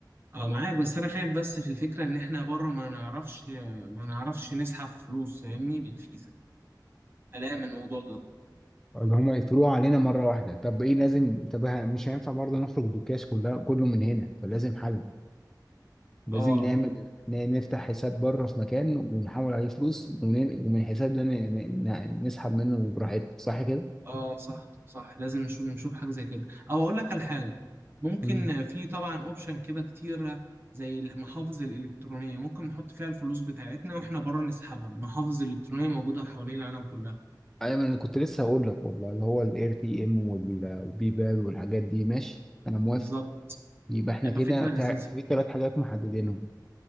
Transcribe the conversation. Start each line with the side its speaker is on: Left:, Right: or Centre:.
Right: اه معاك بس انا خايف بس في الفكرة ان احنا بره ما نعرفش ما نعرفش نسحب فلوس فاهمني بالفيزا قلقان من الموضوع ده
Centre: اللي هما يقفلوها علينا مره واحده طب ايه لازم طب ه- مش هينفع برضه نخرج بالكاش كلها كله من هنا فلازم حل لازم
Right: اه
Centre: نعمل ن- نفتح حساب بره في مكان ونحول عليه فلوس ونن- ومن الحساب ده ن- ن- ن- نسحب منه براحتنا صح كده؟
Right: اه صح صح لازم نشوف نشوف حاجة زي كده او اقول لك على حاجة ممكن
Centre: مم.
Right: في طبعا اوبشن كده كتير زي المحافظ الالكترونية ممكن نحط فيها الفلوس بتاعتنا واحنا بره نسحبها المحافظ الالكترونية موجودة حوالين العالم كلها
Centre: ايوه ما انا كنت لسه هقول لك والله اللي هو الاير تي ام والبي بال والحاجات دي ماشي انا موافق
Right: بالظبط
Centre: يبقى احنا
Right: هيبقى
Centre: كده
Right: فكرة لذيذة
Centre: في ع- في ثلاث حاجات محددينهم